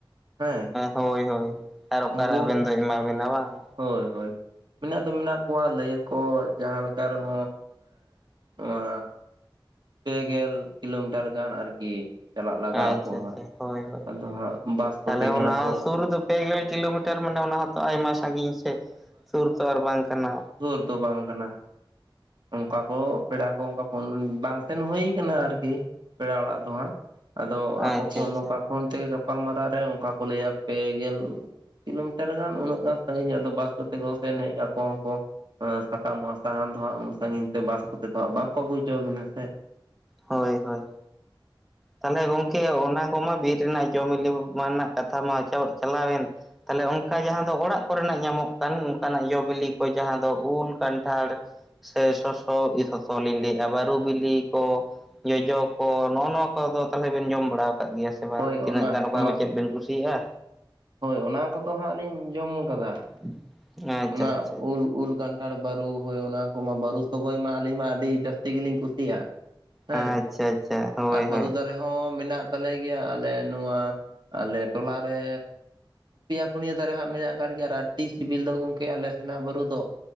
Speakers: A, on the right (about 60°); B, in the centre.
A: ᱦᱮᱸ
B: ᱦᱳᱭ ᱦᱳᱭ ᱟᱨ ᱚᱠᱟᱨᱮ
A: ᱩᱱᱠᱩ
B: ᱟᱵᱮᱱ
A: ᱦᱚᱸ
B: ᱫᱚ ᱮᱢᱟ ᱵᱮᱱᱟ ᱵᱟᱝ
A: ᱦᱳᱭ ᱦᱳᱭ ᱢᱮᱱᱟᱜ ᱫᱚ ᱢᱮᱱᱟᱜ ᱠᱚᱣᱟ ᱞᱟᱹᱭᱟᱚ ᱡᱟᱦᱟᱸ ᱞᱮᱠᱟ ᱨᱮᱦᱚᱸ ᱱᱚᱣᱟ ᱯᱮᱜᱮᱞ ᱠᱤᱞᱳᱢᱤᱴᱟᱨ ᱜᱟᱱ ᱟᱨᱠᱤ ᱪᱟᱞᱟᱜ ᱞᱟᱜᱟᱜ
B: ᱟᱪᱪᱷᱟ
A: ᱟᱠᱚ ᱦᱟᱸᱜ
B: ᱟᱪᱪᱷᱟ ᱦᱳᱭ ᱦᱳᱭ
A: ᱟᱫᱚ ᱦᱟᱸᱜ ᱵᱟᱥ ᱠᱚᱛᱮ
B: ᱛᱟᱦᱚᱞᱮ
A: ᱜᱮ
B: ᱚᱱᱟ
A: ᱦᱟᱸᱜ ᱠᱚ
B: ᱦᱚᱸ ᱥᱩᱨ ᱫᱚ ᱯᱮ ᱜᱮᱞ ᱠᱤᱞᱳᱢᱤᱴᱟᱨ ᱢᱟᱱᱮ ᱚᱱᱟ ᱦᱚᱸᱛᱚ ᱟᱭᱢᱟ ᱥᱟᱺᱜᱤᱧ ᱥᱮ ᱥᱩᱨ ᱛᱚ ᱟᱨ ᱵᱟᱝ ᱠᱟᱱᱟ
A: ᱦᱚᱨ ᱫᱚ ᱵᱟᱝ ᱠᱟᱱᱟ ᱚᱱᱠᱟ ᱠᱚ ᱯᱮᱲᱟ ᱠᱚ ᱚᱱᱠᱟ ᱵᱟᱝ ᱥᱮᱱ ᱦᱩᱭ ᱠᱟᱱᱟ ᱟᱨᱠᱤ ᱯᱮᱲᱟ ᱚᱲᱟᱜ <unintelligible> ᱟᱫᱚ ᱟᱠᱚ
B: ᱟᱪᱪᱷᱟ
A: ᱠᱚ
B: ᱟᱪᱪᱷᱟ
A: ᱱᱚᱝᱠᱟ ᱯᱷᱳᱱ ᱛᱮᱜᱮ ᱜᱟᱯᱟᱞᱢᱟᱨᱟᱣ ᱨᱮ ᱚᱱᱠᱟ ᱠᱚ ᱞᱟᱹᱭᱟ ᱯᱮ ᱜᱮᱞ ᱠᱤᱞᱳᱢᱤᱴᱟᱨ ᱜᱟᱱ ᱩᱱᱟᱹᱜ ᱜᱟᱱ ᱥᱟᱜᱤᱧ ᱟᱫᱚ ᱵᱟᱥ ᱠᱚᱛᱮ ᱠᱚ ᱥᱮᱱ ᱦᱮᱡ ᱟᱠᱚ ᱦᱚᱸ ᱠᱚ ᱥᱟᱠᱟᱢᱚᱜᱼᱟ ᱥᱟᱦᱟᱱ ᱫᱚ ᱦᱟᱸᱜ ᱩᱱ ᱥᱟᱺᱜᱤᱧ ᱛᱮ ᱵᱟᱥ ᱠᱚᱛᱮ ᱫᱚ ᱦᱟᱸᱜ ᱵᱟᱝ ᱠᱚ ᱟᱹᱜᱩ ᱦᱚᱪᱚᱣᱟᱵᱤᱱᱟ ᱥᱮ
B: ᱦᱳᱭ ᱦᱳᱭ ᱛᱟᱦᱚᱞᱮ ᱜᱚᱢᱠᱮ ᱚᱱᱟ ᱠᱚᱢᱟ ᱵᱤᱨ ᱨᱮᱱᱟᱜ ᱡᱚᱢ ᱧᱩ ᱢᱟ ᱨᱮᱱᱟᱜ ᱠᱟᱛᱷᱟ ᱢᱟ ᱪᱟᱞᱟᱣᱮᱱ ᱛᱟᱦᱚᱞᱮ ᱚᱱᱠᱟ ᱡᱟᱦᱟᱸ ᱫᱚ ᱚᱲᱟᱜ ᱠᱚᱨᱮᱱᱟᱜ ᱧᱟᱢᱚᱜ ᱠᱟᱱ ᱚᱱᱠᱟᱱᱟᱜ ᱡᱚ ᱵᱤᱞᱤ ᱠᱚ ᱡᱟᱦᱟᱸ ᱫᱚ ᱩᱞ ᱠᱟᱱᱴᱷᱟᱲ ᱥᱮ ᱥᱚᱥᱚ ᱥᱚᱥ ᱞᱤᱧ ᱞᱟᱹᱭᱮᱜᱼᱟ ᱵᱟᱨᱩ ᱵᱤᱞᱤ ᱠᱚ ᱡᱚᱡᱚ ᱠᱚ ᱱᱚᱜᱼᱚ ᱱᱚᱣᱟ ᱠᱚ ᱚ ᱠᱚᱫᱚ ᱛᱟᱦᱚᱞᱮ ᱵᱮᱱ ᱡᱚᱢ ᱵᱟᱲᱟ ᱠᱟᱜ ᱜᱮᱭᱟ ᱥᱮ ᱵᱟᱝ
A: ᱦᱳᱭ ᱚᱱᱟ
B: ᱛᱤᱱᱟᱹᱜ ᱜᱟᱱ ᱚᱠᱟ
A: ᱚᱱᱟ
B: ᱠᱚ ᱪᱮᱫ ᱵᱮᱱ ᱠᱩᱥᱤᱭᱟᱜᱼᱟ
A: ᱦᱳᱭ ᱚᱱᱟ ᱠᱚᱫᱚ ᱦᱟᱸᱜ ᱞᱤᱧ ᱡᱚᱢ ᱠᱟᱫᱟ
B: <inaudible> ᱟᱪᱪᱷᱟ
A: ᱚᱱᱟ
B: ᱟᱪᱪᱷᱟ
A: ᱩᱞ ᱩᱞ ᱜᱟᱱ ᱟᱴᱷᱟᱲ ᱵᱟᱹᱨᱩ ᱦᱳᱭ ᱚᱱᱟ ᱠᱚᱢᱟ ᱵᱟᱹᱨᱩ ᱥᱚᱜᱚᱭ ᱢᱟ ᱟᱹᱞᱤᱧ ᱢᱟ ᱟᱹᱰᱤ ᱡᱟᱹᱥᱛᱤ ᱜᱮᱞᱤᱧ ᱠᱩᱥᱤᱭᱟᱜᱼᱟ ᱦᱮᱸ
B: ᱟᱪᱪᱷᱟ
A: ᱦᱮᱸ
B: ᱟᱪᱪᱷᱟ ᱦᱳᱭ
A: ᱟᱨ ᱵᱟᱨᱩᱫᱟ
B: ᱦᱳᱭ
A: ᱨᱮᱦᱚᱸ ᱢᱮᱱᱟᱜ ᱛᱟᱞᱮ ᱜᱮᱭᱟ ᱟᱞᱮ ᱱᱚᱣᱟ ᱟᱞᱮ ᱴᱚᱞᱟᱨᱮ ᱯᱮᱭᱟ ᱯᱩᱱᱭᱟᱹ ᱫᱟᱨᱮ ᱦᱟᱸᱜ ᱢᱮᱱᱟᱜ ᱠᱟᱫ ᱜᱮᱭᱟ ᱟᱹᱰᱤ ᱥᱤᱵᱤᱞ ᱫᱚ ᱜᱚᱝᱠᱮ ᱟᱞᱮ ᱥᱮᱱᱟᱜ ᱵᱩᱨᱩ ᱫᱚ